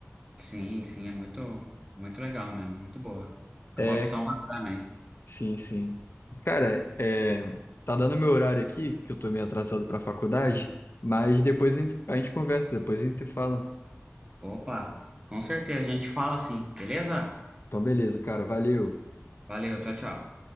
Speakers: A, on the right; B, on the left.
A: Sim, sim, é muito, muito legal mesmo, muito boa. É
B: É,
A: uma opção bacana aí.
B: sim, sim. Cara, é, tá dando meu horário aqui, que eu tô meio atrasado pra faculdade, mas depois a gente a gente conversa, depois a gente se fala.
A: Opa, com certeza, a gente fala assim, beleza?
B: Então, beleza, cara. Valeu.
A: Valeu, tchau, tchau.